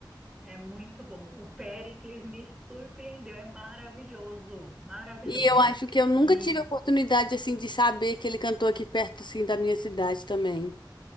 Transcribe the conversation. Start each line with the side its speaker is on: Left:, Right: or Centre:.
Centre: é muito bom. O Péricles me surpreendeu, é maravilhoso, maravilhoso.
Left: E eu acho que eu nunca
Centre: E
Left: tive a oportunidade assim de saber que ele cantou aqui perto assim da minha cidade também.